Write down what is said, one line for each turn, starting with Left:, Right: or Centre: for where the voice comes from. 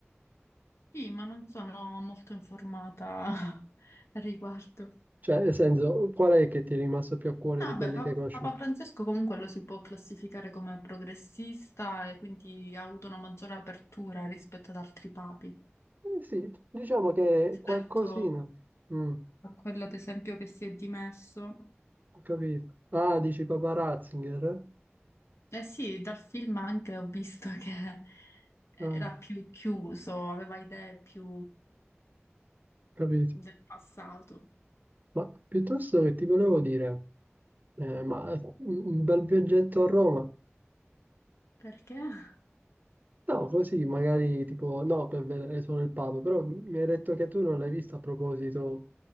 Left: Sì, ma non sono molto informata <laughs> al riguardo.
Right: Cioè, nel senso, qual è che ti è rimasto più a cuore
Left: Vabbè,
Right: di quelli
Left: Papa
Right: che hai conosciuto?
Left: Papa Francesco comunque lo si può classificare come progressista e quindi ha avuto una maggiore apertura rispetto ad altri papi.
Right: Eh sì, diciamo che
Left: Rispetto
Right: qualcosina. Mm.
Left: a quello ad esempio che si è dimesso.
Right: Ho capito. Ah, dici Papa Ratzinger? eh?
Left: Eh sì, dal film anche ho visto <laughs> che era
Right: Ah, ho
Left: più chiuso, aveva idee più
Right: capito.
Left: del passato.
Right: Ma piuttosto che ti volevo dire, eh, ma un un bel viaggetto a Roma?
Left: Perché? No,
Right: No, così magari tipo, no, per vedere solo il Papa, però mi hai detto che tu non l'hai visto a proposito